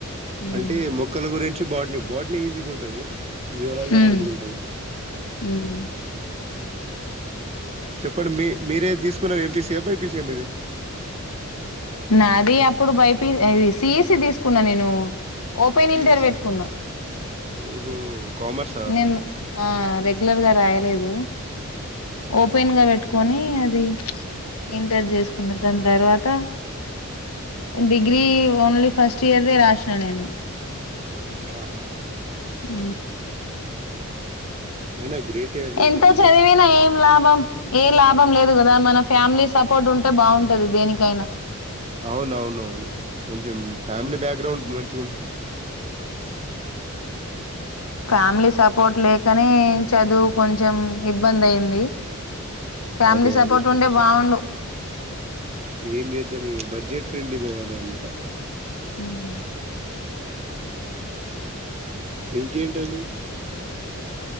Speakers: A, on the left; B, on the right.
A: ఉమ్
B: అంటే మొక్కల గురి. వచ్చి బాట్నీ బాట్నీ ఈజీగుంటది జీవలజ
A: ఉమ్
B: హార్డ్గుంటది.
A: ఉమ్.
B: చెప్పండి మీ మీరే దిసుకు. తీకున్నారు ఎంపీసీయ, బైపిసీయ మీది.
A: నాది అప్పుడు బైపి, ఎది సిఎసీ తీసుకున్నా నేను. ఓపెన్
B: సిఎస్ఈ
A: ఇంటర్ పెట్టుకున్నా.
B: ఓహో! కామర్సా?
A: నేను, ఆ రెగ్యులర్ గా రాయలేదు, ఓపెన్ గా పెట్. కోని అది, ఇంటర్ చేసుకున్న దని తర్వాత.
B: హుహు.
A: డిగ్రీ, ఓన్లీ ఫస్ట్ ఇయర్ దే రాసిన నేను.
B: ఆహా.
A: అ.
B: అయినా గ్రేటే అండి
A: ఎంతో
B: మీరు.
A: చదివినా ఏం లాభం. ఏ లాభం లేదు గదా మన ఫ్యామిలీ సపోట్ ఉంటే బాగుంటది దేనికైనా.
B: అవునవును, కొంచెం ఫ్యామిలీ బ్యాగ్రాండ్ మంచి.
A: ఫ్యామిలీ సపోట్, లేకనే చదువు కొంచం ఇబ్బంది అయింది. ఫ్యామిలీ
B: అదే
A: సపోర్ట్
B: అదే, బడ్జెట్,
A: ఉంటే బాగుండు
B: ఏం చేద్దాం ఇగ బడ్జెట్. ఫ్రెండ్లీ పోవాలి అంత.
A: ఉమ్.
B: ఇంకేంటండి.